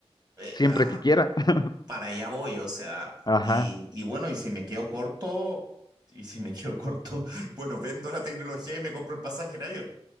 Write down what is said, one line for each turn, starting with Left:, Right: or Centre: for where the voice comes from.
Right: Eh,
Left: siempre
Right: ah,
Left: que quiera. <laughs>
Right: para allá voy, o sea,
Left: Ajá.
Right: Y, y bueno, y si me quedo corto, y si me quedo corto, <laughs> bueno, vendo la tecnología y me compro el pasaje en avión.